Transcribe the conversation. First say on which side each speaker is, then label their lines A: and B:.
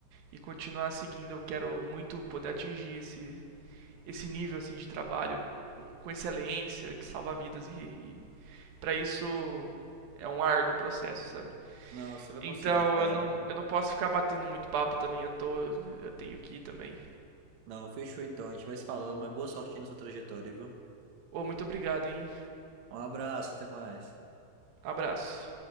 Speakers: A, on the right; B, on the right.
A: e continuar seguindo. Eu quero muito poder atingir esse, esse nível assim de trabalho com excelência que salva vidas e, e para isso é um árduo processo, sabe?
B: Não, você vai conseguir,
A: Então
B: cara.
A: eu não, eu não posso ficar batendo muito papo também à toa, eu tenho que ir também.
B: Não, fechou então. A gente vai se falando, mas boa sorte aí na sua trajetória, viu?
A: Ô, oh, muito obrigado, hein?
B: Um abraço, até mais.
A: Abraço.